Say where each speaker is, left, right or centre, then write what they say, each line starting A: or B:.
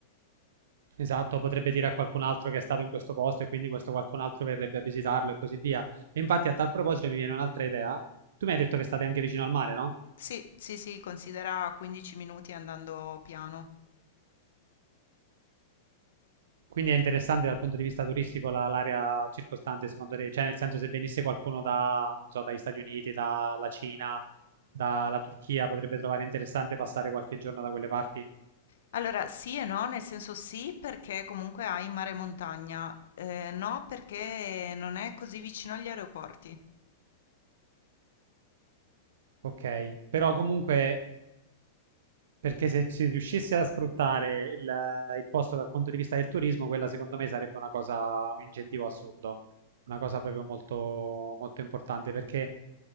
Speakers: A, on the right; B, on the left.
A: Esatto, potrebbe dire a qualcun altro che è stato in questo posto e quindi questo qualcun altro verrebbe a visitarlo e così via. E infatti a tal proposito mi viene un'altra idea. Tu mi hai detto che state anche vicino al mare, no?
B: Sì, sì, sì, considera 15 minuti andando piano.
A: Quindi è interessante dal punto di vista turistico la- l'area circostante, secondo te? Cioè, nel senso, se venisse qualcuno da, non so, dagli Stati Uniti, dalla Cina, dalla Turchia, potrebbe trovare interessante passare qualche giorno da quelle parti?
B: Allora, sì e no, nel senso sì perché comunque hai mare e montagna, eh, no perché non è così vicino agli aeroporti.
A: Ok, però comunque, perché se si riuscisse a sfruttare il, il posto dal punto di vista del turismo, quella secondo me sarebbe una cosa, un incentivo assurdo, una cosa proprio molto, molto importante, perché